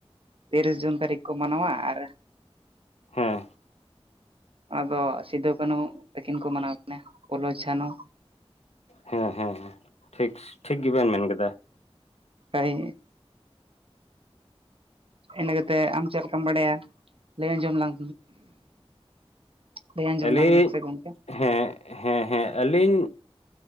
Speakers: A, on the right (about 60°); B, on the left (about 85°).
A: ᱛᱤᱨᱤᱥ ᱡᱩᱱ ᱛᱟᱹᱨᱤᱠᱷ ᱠᱚ ᱢᱟᱱᱟᱣᱟ ᱟᱨ
B: ᱦᱮᱸ
A: ᱟᱫᱚ ᱥᱤᱫᱩ ᱠᱟᱹᱱᱩ ᱛᱟᱹᱠᱤᱱ ᱠᱚ ᱢᱟᱱᱟᱣ ᱠᱤᱱᱟ ᱯᱷᱩᱞᱚ ᱡᱷᱟᱱᱚ
B: ᱦᱮᱸ ᱦᱮᱸ ᱦᱮᱸ ᱴᱷᱤᱠ ᱴᱷᱤᱠ ᱜᱮ ᱵᱮᱱ ᱢᱮᱱ ᱠᱮᱫᱟ
A: ᱮᱭ ᱤᱱᱟᱹ ᱠᱟᱛᱮ ᱟᱢ ᱪᱮᱫ ᱞᱮᱠᱟᱢ ᱵᱟᱲᱟᱭᱟ ᱞᱟᱹᱭ ᱟᱸᱡᱚᱢ ᱞᱟᱝ ᱞᱟᱹᱭ ᱟᱸᱡᱚᱢ
B: ᱟᱹᱞᱤᱧ
A: ᱞᱟᱝ ᱢᱮ ᱥᱮ ᱜᱚᱢᱠᱮ
B: ᱦᱮᱸ ᱦᱮᱸ ᱦᱮᱸ ᱟᱹᱞᱤᱧ